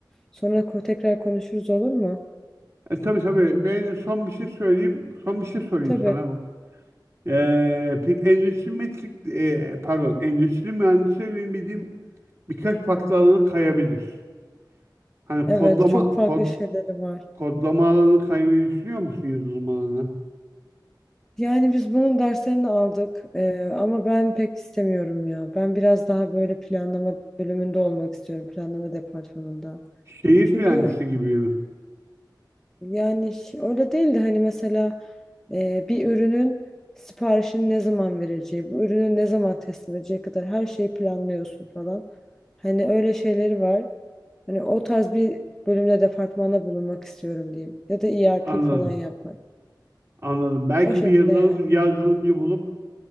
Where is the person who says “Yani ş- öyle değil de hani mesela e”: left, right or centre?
Centre